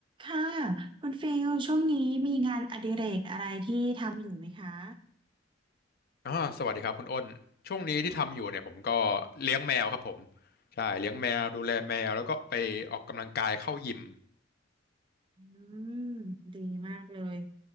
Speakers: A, on the right; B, on the left.
A: ค่ะคุณฟิลช่วงนี้มีงานอดิเรกอะไรที่ทำอยู่ไหมคะ
B: อ่าสวัสดีครับคุณอ้นช่วงนี้ที่ทำอยู่เนี่ยผมก็เลี้ยงแมวครับผม
A: ค่ะ
B: ใช่เลี้ยงแมวดูแลแมวแล้วก็ไปออกกำลังกายเข้ายิม
A: อืมดีมากเลย